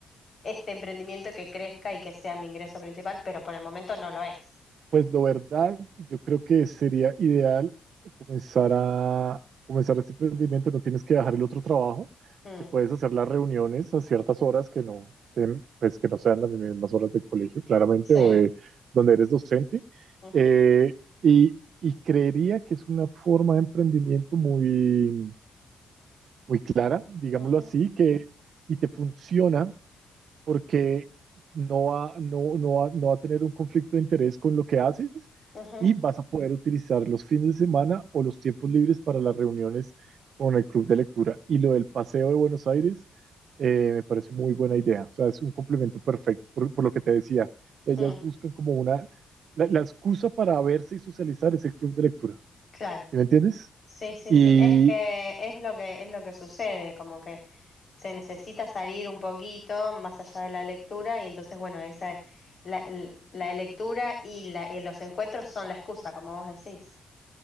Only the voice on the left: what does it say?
este emprendimiento que crezca y que sea mi ingreso principal, pero por el momento no lo es.
Mm,
sí,
ujú,
ujú,
ujú,
mm,
claro.
Sí, sí,
sí, es que es lo que es lo que sucede, como que se necesita salir un poquito más allá de la lectura y entonces bueno, esa la, l- la lectura y la y los encuentros son la excusa, como vos decís.